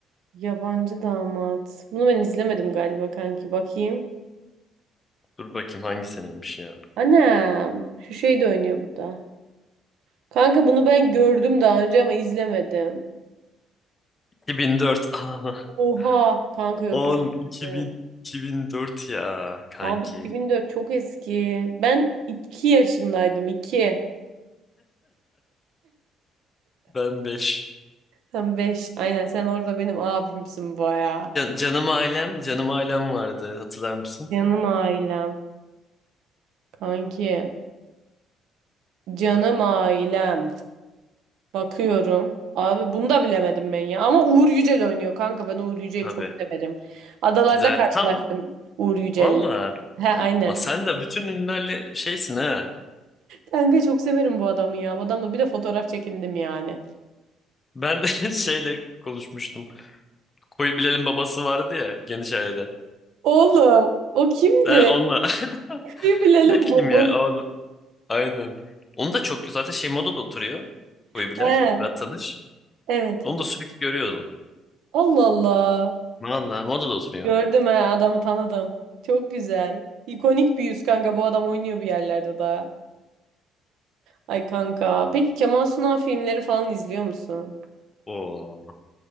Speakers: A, on the right; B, on the left.
A: Yabancı damat. Bunu ben izlemedim galiba kanki. Bakayım.
B: Dur bakayım hangi seneymiş ya.
A: Anam. Şu şey de oynuyor burada. Kanka bunu ben gördüm daha önce ama izlemedim.
B: 2004. Anana.
A: Oha. Kanka
B: <laughs>
A: yok
B: Oğlum
A: izlemedim.
B: 2000, 2004 ya kanki.
A: Abi 2004 çok eski. Ben 2 yaşındaydım 2.
B: Ben 5.
A: Sen beş. Aynen sen orada benim abimsin baya.
B: canım ailem, canım ailem vardı. Hatırlar mısın?
A: Canım ailem. Kanki. Canım ailem. Bakıyorum. Abi bunu da bilemedim ben ya. Ama Uğur Yücel oynuyor kanka. Ben Uğur Yücel'i
B: Tabii.
A: çok severim. Adalarda
B: Güzel.
A: karşılaştım
B: Tam
A: Uğur Yücel'le.
B: valla.
A: He aynen.
B: Ulan Sen de bütün ünlülerle şeysin ha.
A: Kanka çok severim bu adamı ya. Bu adamla bir de fotoğraf çekindim yani.
B: Ben <laughs> şeyle konuşmuştum. Koyu Bilal'in babası vardı ya geniş ailede.
A: Oğlum o kimdi?
B: Ne onunla. <laughs>
A: Bir bilelim
B: Ne bileyim
A: babam.
B: ya onu. Aynen. Onu da çok zaten şey modada oturuyor. Koyu Bilal,
A: He
B: Fırat Tanış.
A: evet.
B: Onu da sürekli görüyordum.
A: Allah Allah.
B: Valla modada oturuyor.
A: Gördüm ha adamı tanıdım. Çok güzel. İkonik bir yüz kanka bu adam oynuyor bir yerlerde daha. Ay kanka. Peki Kemal Sunal filmleri falan izliyor musun?
B: Oo